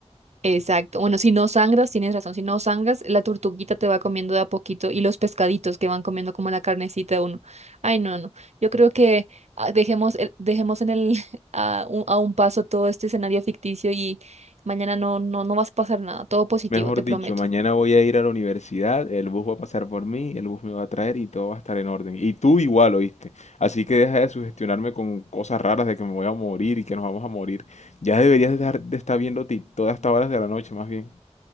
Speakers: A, on the right; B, on the left.
A: Exacto, bueno, si no sangras, tienes razón, si no sangras, la tortuguita te va comiendo de a poquito y los pescaditos que van comiendo como la carnecita de uno. Ay, no, no, yo creo que ah, dejemos, el- dejemos en el, <laughs> a, un, a un paso todo este escenario ficticio y mañana no, no, no vas a pasar nada, todo positivo,
B: Mejor
A: te prometo.
B: dicho, mañana voy a ir a la universidad, el bus va a pasar por mí, el bus me va a traer y todo va a estar en orden. Y tú igual, ¿oíste? Así que deja de sugestionarme con cosas raras de que me voy a morir y que nos vamos a morir. Ya deberías de estar, de estar viendo ti todas estas horas de la noche, más bien.